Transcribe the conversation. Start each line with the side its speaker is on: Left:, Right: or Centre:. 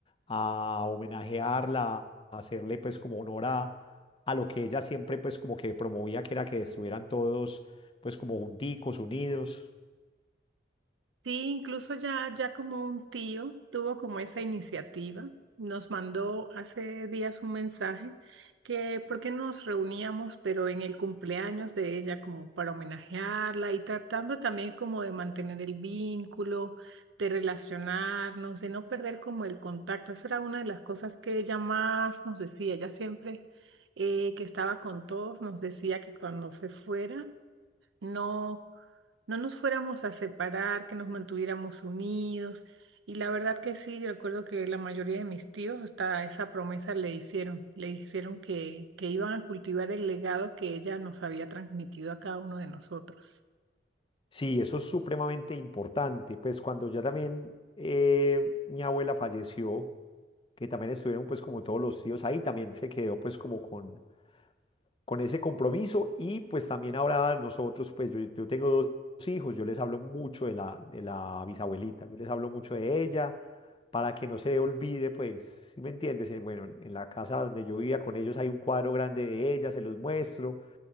Left: a homenajearla, a hacerle pues como honor a, a lo que ella siempre pues como que promovía, que era que estuvieran todos pues como junticos, unidos.
Right: Sí, incluso ya, ya como un tío tuvo como esa iniciativa, nos mandó hace días un mensaje que por qué no nos reuníamos, pero en el cumpleaños de ella como para homenajearla y tratando también como de mantener el vínculo, de relacionarnos, de no perder como el contacto. Esa era una de las cosas que ella más nos decía. Ella siempre eh, que estaba con todos nos decía que cuando se fuera no, no nos fuéramos a separar, que nos mantuviéramos unidos. Y la verdad que sí, yo recuerdo que la mayoría de mis tíos hasta esa promesa le hicieron, le hicieron que, que iban a cultivar el legado que ella nos había transmitido a cada uno de nosotros.
Left: Sí, eso es supremamente importante, pues cuando ya también eh, mi abuela falleció, que también estuvieron pues como todos los tíos ahí, también se quedó pues como con con ese compromiso y pues también ahora nosotros, pues yo, yo tengo dos hijos, yo les hablo mucho de la, de la bisabuelita, yo les hablo mucho de ella para que no se olvide, pues, si me entiendes? Eh, Bueno, en en la casa donde yo vivía con ellos hay un cuadro grande de ella, se los muestro,